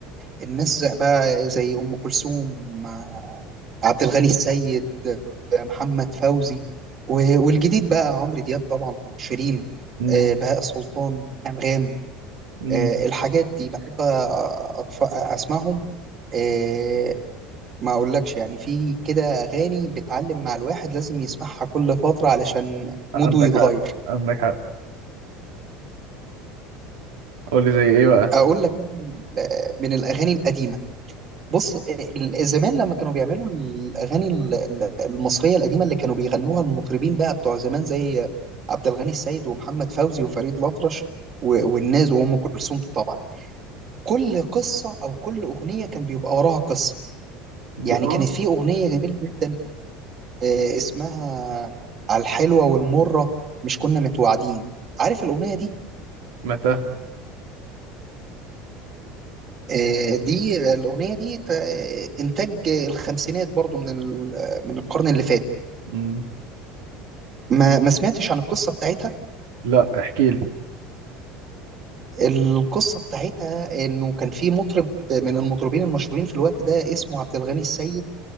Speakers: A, on the right; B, on the right.
A: الناس زي- بقى زي ام كلثوم آه، عبد الغني السيد آه، محمد فوزي و- والجديد بقى عمرو دياب طبعا شيرين
B: مم.
A: آه، بهاء سلطان انغام
B: مم.
A: آه، الحاجات دي بحب أطف... اسمعهم آه، ما اقولكش يعني في كده اغاني بتعلم مع الواحد لازم يسمعها كل فتره علشان موده
B: عندك
A: يتغير
B: حق عندك حق قول لي زي ايه بقى
A: اقول لك بقى من من الاغاني القديمه بص آه، ال- زمان لما كانوا بيعملوا الاغاني ال- ال- المصريه القديمه اللي كانوا بيغنوها المطربين بقى بتوع زمان زي عبد الغني السيد ومحمد فوزي وفريد الأطرش و- والناس وام كلثوم طبعا كل قصه او كل اغنيه كان بيبقى وراها قصه يعني
B: دي اه
A: كانت في اغنيه جميله جدا آه، اسمها على الحلوه والمره مش كنا متوعدين عارف الاغنيه دي
B: متى
A: آه، دي الاغنيه دي ت- آه، انتاج الخمسينات برضو من ال- من القرن اللي فات
B: مم.
A: ما ما سمعتش عن القصة بتاعتها
B: لا احكي لي
A: القصة بتاعتها انه كان في مطرب من المطربين المشهورين في الوقت ده اسمه عبد الغني السيد